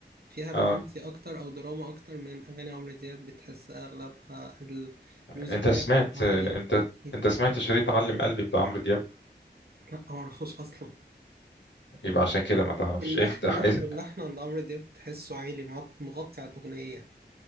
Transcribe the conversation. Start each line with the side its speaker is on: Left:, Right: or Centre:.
Right: فيها رومانسي
Left: أه
Right: أكتر أو دراما أكتر من أغاني عمرو دياب بتحسها أغلبها الميوزك
Left: أنت
Right: فيها
Left: سمعت
Right: بتبقى عالية
Left: أنت
Right: يعني
Left: أنت سمعت شريط علم قلبي بتاع عمرو دياب
Right: لا معرفوش أصلا
Left: يبقى عشان كده ما تعرفش
Right: اللحن
Left: افتح
Right: نفسه
Left: اس-
Right: اللحن عند عمرو دياب تحسه عالي مغط- مغطي على الأغنية